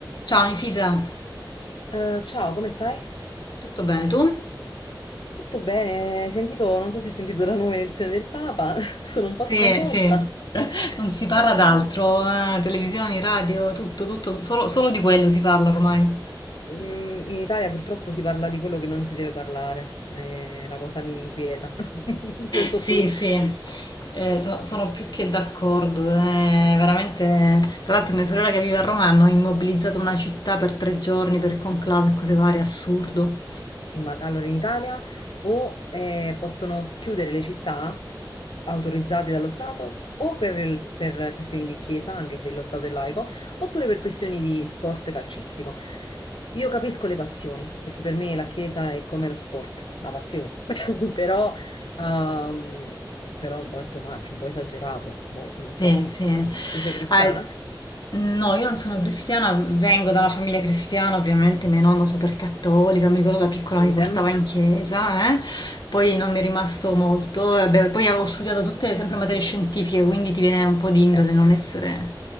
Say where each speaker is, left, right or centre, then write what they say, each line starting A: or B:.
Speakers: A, on the left; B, on the left.
A: Ciao Infisa,
B: Eh, ciao, come stai?
A: tutto bene tu?
B: Tutto bene? Hai sentito, non so se hai sentito la nuova elezione del Papa, <laughs> sono un po'
A: Sì,
B: sconvolta.
A: sì, non si parla
B: Ah.
A: d'altro, eh, televisioni, radio, tutto, tutto, solo, solo di quello si parla ormai.
B: Mm, In Italia purtroppo si parla di quello che non si deve parlare, eh, la cosa mi inquieta. <laughs> Non so
A: Sì,
B: tu.
A: sì, eh, so- sono più che d'accordo, eh, veramente. Tra l'altro mia sorella che vive a Roma hanno immobilizzato una città per tre giorni per conclave e cose varie, assurdo.
B: In Mad- allora, in Italia o eh, possono chiudere le città autorizzate dallo Stato o per, il- per questioni di chiesa, anche se lo Stato è laico, oppure per questioni di sport calcistico. Io capisco le passioni, perché per me la chiesa è come lo sport, la passione, <laughs> però, ehm, però un po' è too much, un po' esagerato, boh, non
A: Sì,
B: so.
A: sì.
B: Mm, Tu sei cristiana?
A: Ah, no, io non sono cristiana, vengo da una famiglia cristiana, ovviamente mia nonna super cattolica, mi ricordo da piccola
B: Idem.
A: mi portava in chiesa, eh. Poi non mi è rimasto molto, e beh, poi avevo studiato tutte sempre materie scientifiche, quindi ti viene un po' di
B: Ok.
A: indole non essere